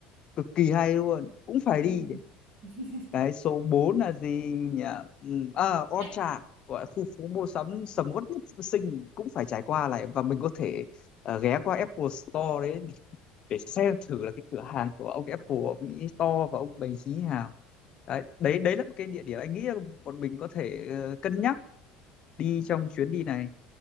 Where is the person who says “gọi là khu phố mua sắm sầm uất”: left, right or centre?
Left